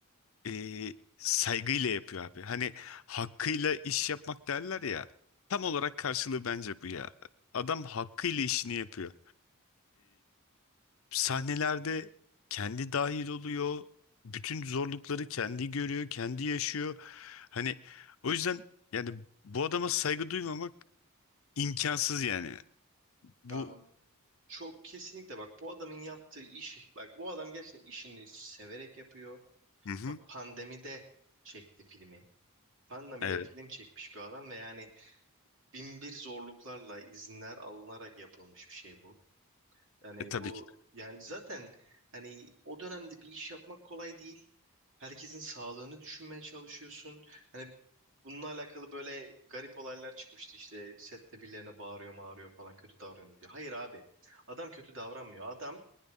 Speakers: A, on the left; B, on the right.
A: e, saygıyla yapıyor abi. Hani hakkıyla iş yapmak derler ya. Tam olarak karşılığı bence bu ya. Adam hakkıyla işini yapıyor. sahnelerde kendi dahil oluyor. Bütün zorlukları kendi görüyor, kendi yaşıyor. Hani o yüzden yani bu adama saygı duymamak imkansız yani. Bu
B: Abi çok kesinlikle bak bu adamın yaptığı iş bak bu adam gerçekten işini severek yapıyor.
A: Hı hı.
B: Bak pandemide çekti filmi. Pandemide
A: Evet,
B: film çekmiş bir adam ve yani bin bir zorluklarla izinler alınarak yapılmış bir şey bu. Yani
A: e, tabii
B: bu
A: ki.
B: yani zaten hani o dönemde bir iş yapmak kolay değil. Herkesin sağlığını düşünmeye çalışıyorsun. Hani bununla alakalı böyle garip olaylar çıkmıştı işte sette birilerine bağırıyor mağırıyor falan kötü davranıyor diyor. Hayır abi adam kötü davranmıyor. Adam